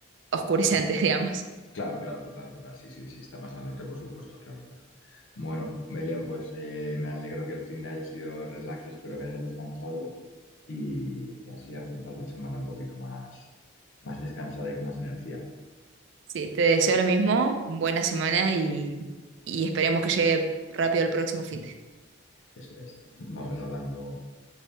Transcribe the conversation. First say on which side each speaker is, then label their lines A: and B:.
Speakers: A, on the right (about 65°); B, on the left (about 75°).
A: oscurece antes, <laughs> digamos.
B: Claro, claro, total, total. Sí, sí, sí, está más al norte, por supuesto, claro, claro. Bueno, Belén, pues eh, me alegro que el fin de haya sido relax y espero que hayas descansado y, y así afrontas la semana un poquito más, más descansada y con más energía.
A: Sí, te deseo lo mismo, buena semana y, y esperemos que llegue rápido el próximo fin de.
B: Eso es. Vamos hablando.